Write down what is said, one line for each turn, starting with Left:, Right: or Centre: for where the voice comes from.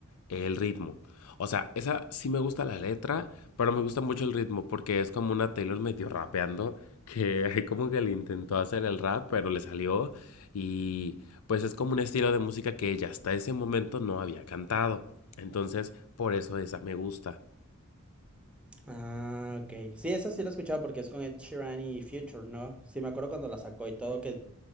Left: el ritmo. O sea, esa sí me gusta la letra, pero me gusta mucho el ritmo porque es como una Taylor medio rapeando, que <laughs> como que le intentó hacer el rap, pero le salió y pues es como un estilo de música que ella hasta ese momento no había cantado. Entonces, por eso esa me gusta.
Centre: Ah, ok. Sí, esa sí la he escuchado porque es con Ed Sheeran y Future, ¿no? Sí, me acuerdo cuando la sacó y todo que,